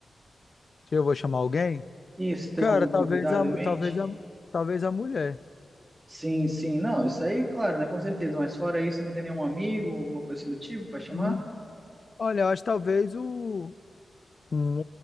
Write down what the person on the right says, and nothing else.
E se tem
algum
convidado
em mente?
Sim, sim. Não, isso aí, claro, né, com certeza. Mas fora isso, não tem nenhum amigo, alguma coisa assim do tipo para chamar?